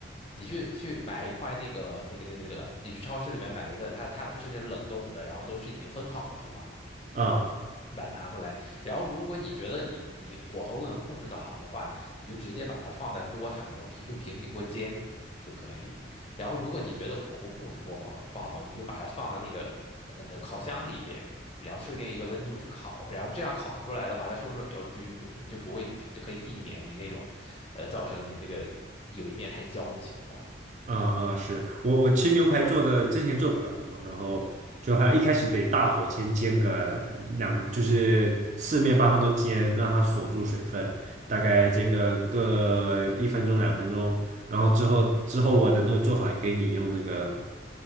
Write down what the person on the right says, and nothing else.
啊、
啊啊，是我我吃牛排做的，之前做比较多，然后就还一开始得大火先煎个两，就是四面八方都煎，让它锁住水分，大概煎个个一分钟两分钟，然后之后之后我的那个做法给你用那个，